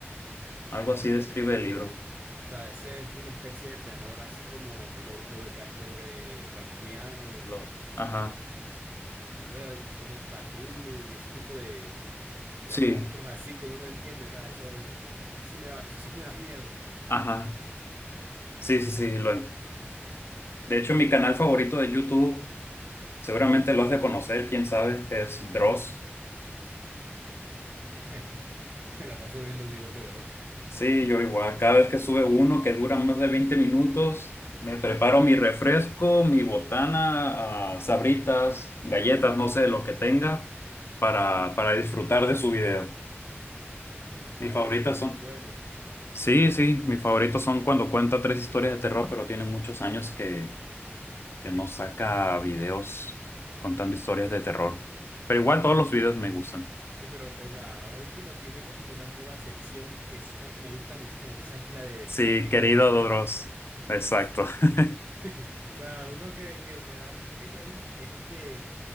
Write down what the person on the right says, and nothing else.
O sea, ese es una especie de terror así como lo- lobeca- Lovecraftiano,
y, o
sea, como Cthulhu y ese tipo de,
de monstruos así que uno no entiende. O sea, eso, eso sí me da, <laughs> eso sí me da miedo.
Y
<laughs> me la paso viendo videos de bros.
O sea,
y hace videos
buenos. O
sea,
el-
sí, pero, o sea, ahora último tiene como una nueva sección que esa me gusta muchísimo, que esa es la de
la de Querido
Dross.
<laughs>
Sí.
<laughs> O sea, uno que, que me da risa ahí es que